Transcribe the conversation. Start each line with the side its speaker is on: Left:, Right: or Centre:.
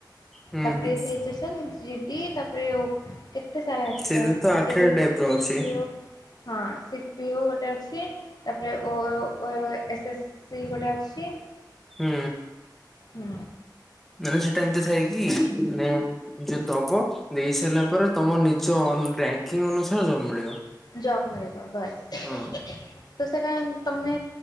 Centre: ହୁଁ
Left: ତାପରେ
Centre: ହୁଁ।
Left: ସେ ଜିସନ୍ ଜିଡି ତାପରେ ଓ କେ ଏତେ ସାରା ଅଛି
Centre: ସେଇଥିରେ
Left: ତ ସିଜିଏଲ୍
Centre: ଆଠେଣା ଟାଇପ୍ ର
Left: ସିପିଓ
Centre: ଅଛି
Left: ହଁ ସିପିଓ ଗୋଟେ ଅଛି। ତାପରେ ଓୟ ଓଏ ଓଏ ଏସେସି ଗୋଟେ ଅଛି।
Centre: ହୁଁ।
Left: ହୁଁ।
Centre: ମାନେ ସେଟା ଏମ୍ତି ଥାଏ କି ମାନେ ଯୋଉ ଦବ ଦେଇ ସାରିଲା ପରେ ତମ ନିଜ ଅ ରାଙ୍କିଙ୍ଗ୍ ଅନୁସାରେ ଜବ୍ ମିଳିବ।
Left: ଜବ ମଳିବ ବାଏ। ତ
Centre: ହଁ
Left: ସେଇଟା ତମେ